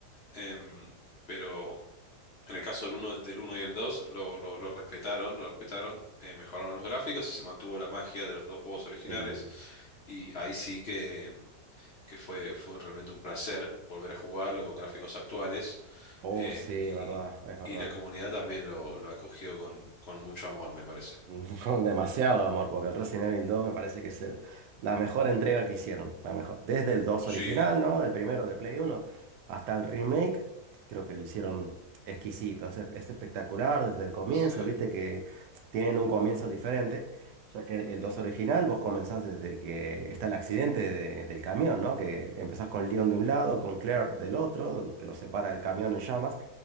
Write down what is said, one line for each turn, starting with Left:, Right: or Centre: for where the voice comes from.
Left: Em, pero en el caso del uno del uno y el 2 lo, lo- lo respetaron, lo respetaron, eh, mejoraron los gráficos y se mantuvo la magia de los dos juegos originales.
Right: Sí.
Left: Y ahí sí que, que fue, fue realmente un placer volver a jugarlo con gráficos actuales.
Right: Oh,
Left: eh,
Right: sí,
Left: y,
Right: verdad, es verdad.
Left: y la comunidad también lo, lo acogió con, con mucho amor, me parece.
Right: <laughs> Con demasiado amor, porque el Resident Evil 2 me parece que es el- la mejor entrega que hicieron. La mejor. Desde el 2
Left: Sí,
Right: original, ¿no? El primero de Play 1 hasta el remake, creo que lo hicieron exquisito. Es, es espectacular desde el comienzo,
Left: sí.
Right: viste que tienen un comienzo diferente. Ya que el
Left: ujú,
Right: 2 original vos comenzás desde que está el accidente de- del camión, ¿no? Que empezás con Leon de un lado, con Claire del otro, donde- que lo separa el camión en llamas.